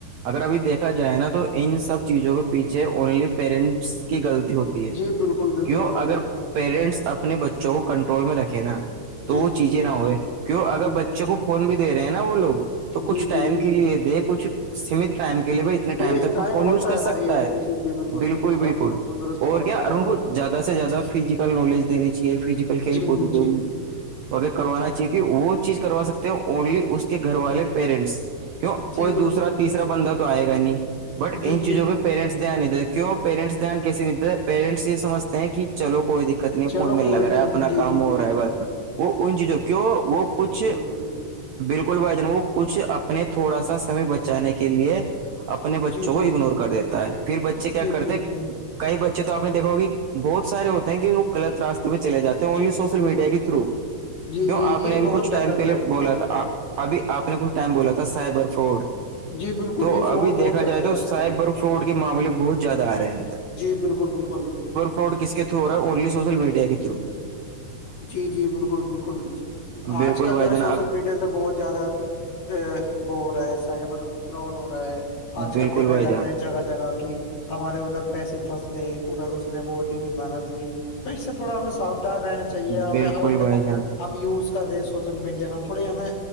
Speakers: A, on the right (about 75°); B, on the left (about 55°).
A: اگر ابھی دیکھا جائے نا تو ان سب چیزوں کے پیچھے اونلی پیرنٹس کی غلطی ہوتی ہے
B: جی بالکل بالکل
A: کیوں
B: بھائی
A: اگر
B: جان
A: پیرنٹس اپنے بچوں کو کنٹرول میں رکھیں نا تو
B: جی
A: وہ
B: جی
A: چیزیں
B: جی
A: نہ ہوئے کیوں اگر
B: جی
A: بچے کو فون بھی دے رہے ہیں نا وہ لوگ تو کچھ
B: جی جی
A: ٹائم
B: جی
A: کے لیے دے کچھ سیمت ٹائم کے لیے ب ٹائم
B: یہ
A: تک تو فون
B: ہوتا
A: یوز کر سکتا
B: بھائی
A: ہے
B: جی جی
A: بالکل بالکل
B: آپ نے درست
A: اور
B: فرمایا
A: کیا ارن
B: بھائی جان
A: کو زیادہ سے زیادہ فزیکل نالج دینی چاہی فزیکل کھیل
B: جی
A: کو
B: جی
A: کے
B: جی
A: و کروانا چاہیے کہ وہ چیز کروا سکتے ہیں اونلی اس کے گھر والے پیرنٹس کیوں کوئی
B: جی
A: دوسا
B: بالکل
A: تیسرا بندہ تو آئے گا ہی نہیں بٹ
B: جی
A: ان چیزوں
B: جی
A: پہ
B: جی
A: پیرنٹس دھیان نہیں د کیوں پیرنٹس دھیان کیسے دتا ہے پیرنٹس یہ سجھتے ہیں کہ چلو کوئی د کتنی
B: چلو
A: فون میں لگ
B: کوئی
A: رہا
B: نہیں
A: ہے اپنا
B: جی
A: کام
B: جی
A: ہو رہا ہے ب وہ ان چیزوں کیوں وہ کچھ
B: بالکم
A: بالکل بھائی جن وہ کچھ اپنے تھوڑا سا سمے بچانے کے لیے اپنے بچوں
B: جی جی
A: کو اگنور کر دیتا ہے پھر بچے کیا
B: جی
A: کرتے
B: جی جی
A: کئی بچے تو آپ نے دیکھا کہ بہت سارے ہوتے ہیں کہ وہ لط راستے پہ چل جاتے ہیں اونلی
B: جی جی
A: سوشل
B: بالکل
A: میڈیا کے
B: بالکل
A: تھرو
B: جی
A: کیوں
B: جی
A: آپ
B: یہ
A: نے ابھی
B: بہت
A: کچھ ٹائم
B: گندا
A: پہلے
B: پلیٹ فارم
A: بولا
B: ہے جی
A: تھا ابھی آپ نے کچھ ٹائم بولا تھا سائبر فراڈ
B: جی بالکل
A: تو
B: یہ فراڈ
A: ابھی
B: بہت
A: دیکھ
B: چل
A: جائے
B: رہا ہے
A: تو
B: بھائی جان
A: سائبر فروٹ کے معاملے بہت زیادہ آ رہے ہیں ادھر
B: جی بالکل بالکل
A: و کس کے تھرو ہو رہا الی سوشل میڈیا کے تھرو
B: جی جی بالکل بالکل آج
A: بالکل
B: کل
A: بھائی
B: جو ہے
A: جان
B: سوشل
A: آپ
B: میڈیا سے مطلب بہت زیادہ ا وہ ہو رہا ہے سائبر فراڈ ہو رہا ہے آج
A: بالکل
B: کل دیکا
A: بھائی
B: جاتا
A: جان
B: ہے جگہ جگہ کی ہمارے ادھر پیسے پھنس گئے ادھر اس نے وہ او ٹی پی مانگا دیے تو اس سے تھوڑا ہمیں ساودھان رہنا چاہیے ہمیں
A: بالکل
B: اگر دیکھ
A: بھائی
B: ہم
A: جان
B: ہم یوز کر رہے ہیں سوشل میڈیا کا تھوڑے ہمیں